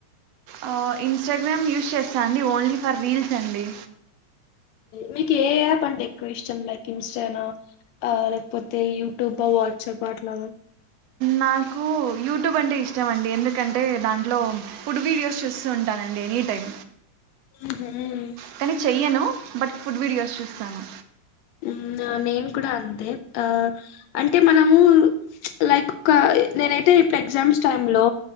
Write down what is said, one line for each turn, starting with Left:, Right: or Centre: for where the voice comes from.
Right: ఆ ఇన్స్టాగ్రామ్ యూస్ చేస్తండి ఓన్లీ ఫర్ రీల్స్ అండి
Left: మిక్ ఎ యాప్ అంటే ఎక్కువిష్టం లైక్ ఇన్స్టానా లేకపోతే యూట్యూబ్ బా వట్సప్ అట్లాగ
Right: నాకు యూట్యూబ్ అంటే ఇష్టమండి ఎందుకంటే దాంట్లో ఫుడ్ వీడియోస్ చూస్తూ ఉంటాన అండి ఎనీ టైం
Left: ఉహ్మ
Right: కనీ చెయ్యను బట్ ఫుడ్ వీడియోస్ చూస్తాను
Left: హ్మ్ నేను కూడ అంతే ఆ అంటే మనము ప్చ్ లైక్ ఒక నేనైతే ఇప్పుడు ఎగ్జామ్స్ టైమ్లో